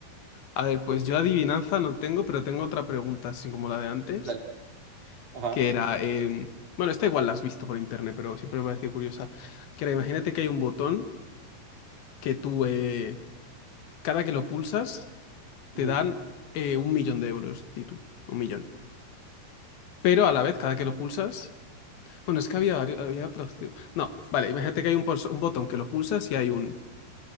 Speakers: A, on the left; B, on the right.
A: A ver, pues yo adivinanza no tengo, pero tengo otra pregunta, así como la de antes,
B: Dale. Ajá.
A: que era, em, bueno, esta igual la has visto por internet, pero siempre me ha parecido curiosa, que era, imagínate que hay un botón que tú, eh, cada que lo pulsas, te
B: Ujú.
A: dan eh, un millón de euros, di tú, un millón. Pero a la vez, cada que lo pulsas, bueno, es que había, vario- había otra opción. No, vale, imagínate que hay un, pos- un botón que lo pulsas y hay un